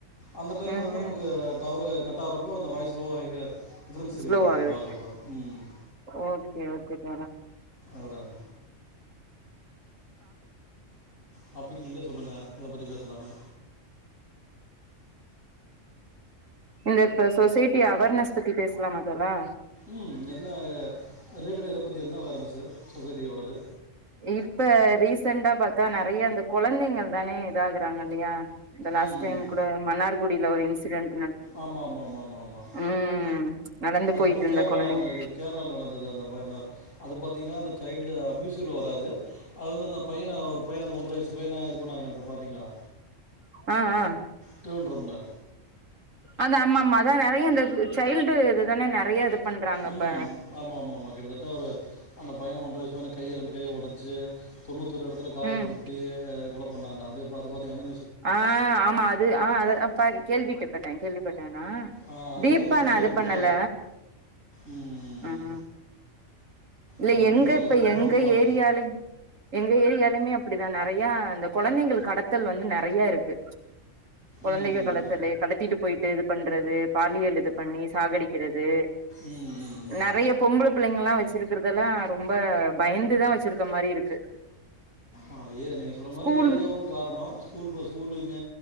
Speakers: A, on the left; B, on the right.
A: அந்த டைம்
B: ம்
A: வந்து நமக்கு
B: ம்
A: டவரு கட்டாகுறப்போ அந்த வாய்ஸ் லோவாக ஹை டிஃப்ரென்ஸ் தெரியும்
B: ஸ்லோ
A: நமக்கு
B: ஆகுது
A: பார்க்குறப்ப ம்
B: ஓகே ஓகே த
A: அதாங்க டாபிக் நீங்களே சொல்லுங்க எத பத்தி பேசலானு
B: இந்த இப்ப சொசைட்டி அவேர்னஸ் பத்தி பேசலாமா தோழா
A: ம் என்ன ரிலேட்டடா இத பத்தி என்ன அவார்னெஸ் சொசைட்டியோடது
B: இப்ப ரீசெண்டா பார்த்தா நெறைய அந்த கொழந்தைங்கள் தானே இதாங்கறாங்க இல்லையா இந்த லாஸ்
A: ம்
B: டைம் ல கூட மன்னார் குடியில ஒரு இன்சி டன்ட்
A: ஆமாம் ஆமாம் ஆமாம் ஆமாம்
B: ம் நடந்து
A: அதுக்கு
B: போயிட்டு
A: மாரி
B: இருந்த கொழந்தைங்க
A: கேரளாவில நடந்தது அந்த அது பார்த்தீங்கன்னா அந்த சைல்டு அப்யூசிவில் வராது அது வந்து அந்த பையன ஒரு பையன் அந்த ஒன்றரை வயசு பைய இது பண்ணாங்க பார்த்தீங்களா
B: ஆஹ் ஆஹ்
A: திருவன்றமில்
B: அதான் ஆமாமா அதான் நெறைய இந்த சைல்டு இதுதானே நெறைய பண்றாங்க இப்ப
A: உம் ஆமா ஆமா ஆமா கிட்டத்தட்ட ஒரு அந்த பையன் ஒன்ற வயசு தானே பையன் கையை ரெண்டு கையை ஒடச்சு தொண்ணூத்தி ஒரு இடத்துல காயப்படுத்தி
B: ம்
A: கொல பண்ணாங்கள அது பாத்து பாத்து என்ன
B: ஆஹ் ஆமா அது ஆஹ் அத கேள்விட்டுப்பங்க கேள்விபட்டேன்
A: ஆ, அதுதான்
B: டீபா
A: இருக்கிற
B: நான் அது
A: ரொம்ப
B: பண்ணல
A: ம்,
B: உம் இல்ல
A: அது ரொம்ப
B: எங்க இப்ப
A: கொடூரமானது
B: எங்க ஏரியாலய எங்க ஏரியாலயுமே அப்படிதான் நெறைய இந்த குழந்தைகள் கடத்தல் வந்து நெறைய இருக்கு குழந்தைகள்
A: ம்
B: கடத்தல் கடத்திட்டு போயிட்டு இது பண்றது பாலியல் இது பண்ணி சாகடிக்கிறது
A: ம் ம் ம்
B: நெறைய பொம்பள புள்ளைங்கல்லாம் வச்சிருக்கு இருக்கறதெல்லாம் ரொம்ப பயந்துதான் வச்சிருக்க மாரி இருக்கு
A: ஆ நீங்க சொல்ற மாரி
B: ஸ்கூல்
A: ஏரியா ஒன்னு காரணம் ஸ்கூல் பஸ் ஸ்கூலுங்க